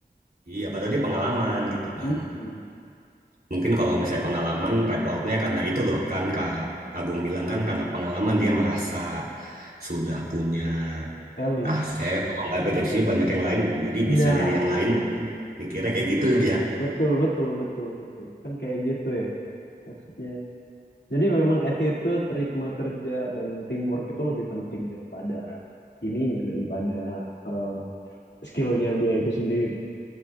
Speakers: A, on the right (about 60°); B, on the left (about 85°).
A: iya. Padahal dia pengalaman gitu kan.
B: Hmm,
A: Mungkin kalau misalnya pengalaman, repotnya karena itu loh kan Kak Agung bilang kan karena pengalaman dia merasa sudah punya
B: tell you.
A: Ah, saya kalau nggak kerja di sini banyak yang lain, jadi
B: Nah,
A: bisa nyari yang lain. Mikirnya kayak gitu ya.
B: betul, betul, betul, betul. Kan kayak gitu ya maksudnya. Jadi memang attitude, ritme kerja, dan teamwork itu lebih penting daripada ininya, daripada eh, skillnya dia itu sendiri.